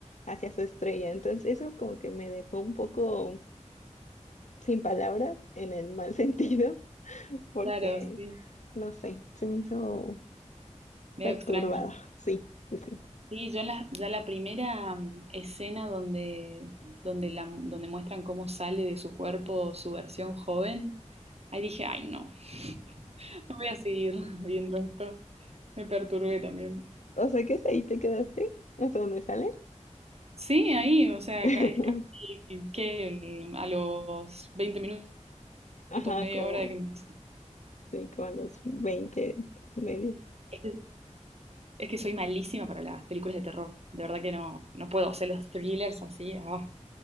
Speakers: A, on the left; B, on the right.
A: hacia su estrella. Entonces eso como que me dejó un poco... sin palabras, en el mal <laughs> sentido, porque,
B: claro, sí.
A: no sé, se me hizo
B: Medio
A: perturbada.
B: extraño.
A: Sí, sí, sí.
B: Sí, yo la, ya la primera mm, escena donde, donde, la, mu- donde muestran cómo sale de su cuerpo su versión joven, ahí dije, ay no, <laughs> no voy a seguir <laughs> viendo esto. Me perturbé también.
A: O sea que hasta ahí te quedaste, hasta dónde sale.
B: Sí, ahí, o sea,
A: <laughs>
B: ca- es casi que el- a los 20 minutos,
A: Ajá,
B: media
A: como,
B: hora de que empieza.
A: sí, como a los 20 medio.
B: Es que, es que soy malísima para las películas de terror. De verdad que no, no puedo. O sea, los thrillers así, ah,